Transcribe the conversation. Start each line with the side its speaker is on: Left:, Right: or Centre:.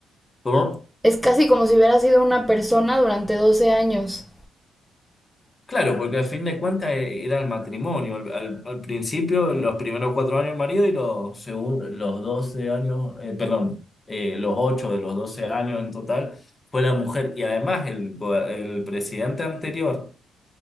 Left: ¿Cómo?
Centre: Es casi como si hubiera sido una persona durante doce años.
Left: Claro, porque al fin de cuentas e- era el matrimonio. Al, al- al principio, los primeros cuatro años el marido y los, segun- los doce años, eh, perdón, eh, los ocho de los 12 años en total fue la mujer. Y además el, go- el presidente anterior